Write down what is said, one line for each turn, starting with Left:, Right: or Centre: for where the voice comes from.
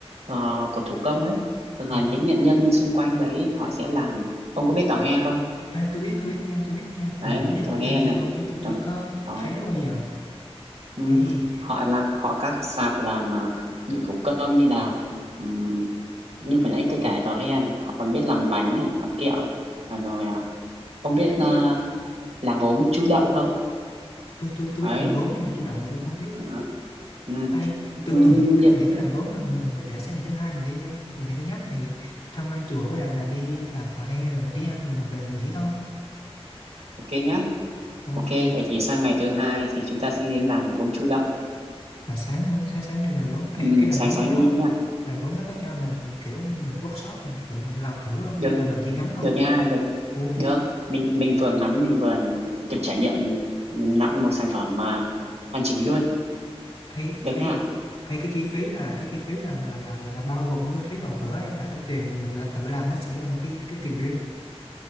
Right: ờ, của thủ công ấy thường là
Left: Ừ.
Right: những nghệ nhân xung quanh đấy họ sẽ làm ông có biết tò he không
Left: Ê, tôi biết tôi biết nha tôi biết nha
Right: đấy
Left: hồi nhỏ giờ
Right: tò
Left: tôi
Right: he
Left: chỉ nghe
Right: này
Left: thôi chứ tôi
Right: rồi
Left: chưa có
Right: rồi
Left: thấy nó bao giờ
Right: ừ.
Left: ấy
Right: họ là họ các sạp làm mà đồ thủ công như là ừm, như vừa nãy tôi kể tò he này họ còn biết làm bánh này làm kẹo ấy. À, rồi à, ông biết là làng gốm chu đậu không
Left: tôi tôi tôi
Right: đấy
Left: biết là gốm nhưng mà chú đội thì tôi không biết
Right: Đó. Ừ.
Left: ấy tôi
Right: Như-
Left: tôi nghĩ
Right: như-
Left: tôi nghĩ cái làng gốm mình mình mình để sang ngày thứ hai mình đi đi ngày, ngày thứ nhất thì tham quan chùa với lại là đi làm tà he rồi mình đi ăn rồi mình về ngủ nghỉ thôi
Right: ok nhá
Left: ok
Right: Ok, vậy thì sang ngày thứ hai thì chúng ta sẽ đến làng gốm Chu Đậu.
Left: là sáng đúng không sáng sáng đi là gốm ấy
Right: Ừ,
Left: cái làm
Right: sáng
Left: gốm
Right: sáng
Left: ở đó
Right: đi nhá.
Left: làm gốm đó có cho mình mình kiểu mình workshop mình tự mình làm thử không
Right: Được,
Left: hay là mình chỉ ngắm thôi
Right: được nha, được,
Left: ồ
Right: được. Mình mình vừa ngắm, mình vừa được trải nghiệm nặn một sản phẩm mà hoàn chỉnh luôn.
Left: ấy
Right: Được
Left: ấy
Right: nha.
Left: ấy cái chi phí là cái chi phí là là là là, là bao gồm luôn cái phí vào cửa hay là cái tiền mình là tự làm nó sẽ là một cái cái tiền riêng